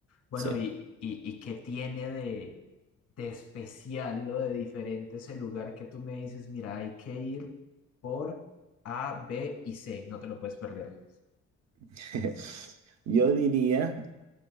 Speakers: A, on the left; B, on the right.
A: Bueno,
B: Sí.
A: ¿y, y, y qué tiene de, de especial o de diferente ese lugar que tú me dices, mira, hay que ir por A, B y C, no te lo puedes perder?
B: <laughs> Yo diría